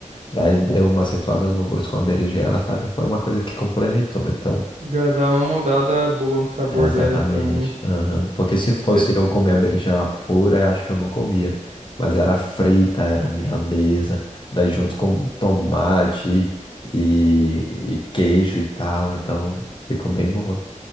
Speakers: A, on the left (about 40°); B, on the right (about 60°).
A: Daí deu uma acentuada no gosto com a berinjela, sabe? Foi uma coisa que complementou. Então,
B: já dá uma mudada boa no sabor
A: Exatamente.
B: dela, então, né?
A: aham. Porque se fosse
B: Pe-
A: eu comer a berinjela pura, eu acho que eu não comia. Mas era frita, era milanesa, daí junto com tomate e, e queijo e tal. Então ficou bem bom.